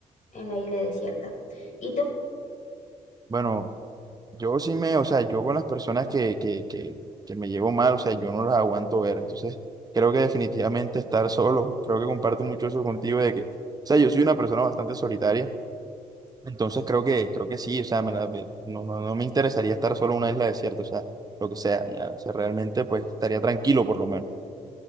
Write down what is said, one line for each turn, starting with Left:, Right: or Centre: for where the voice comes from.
Left: en la isla desierta. ¿Y tú?
Right: Bueno, yo sí me, o sea, yo con las personas que, que, que, que me llevo mal, o sea, yo no las aguanto ver. Entonces, creo que definitivamente estar solo, creo que comparto mucho eso contigo de que, o sea, yo soy una persona bastante solitaria Entonces creo que, creo que sí, o sea, me la- me- no, no, no me interesaría estar solo en una isla desierta, o sea, lo que sea, ya, o sea, realmente pues estaría tranquilo por lo menos.